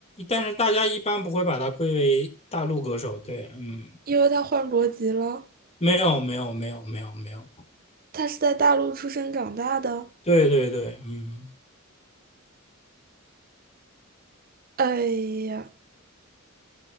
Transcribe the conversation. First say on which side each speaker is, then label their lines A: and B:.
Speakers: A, on the left; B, on the right.
A: 但是大家一般不会把他归为大陆歌手，对，嗯，
B: 因为他换国籍了。
A: 没有，没有，没有，没有，没有，
B: 他是在大陆出生长大的。
A: 对对对，嗯，
B: 哎呀，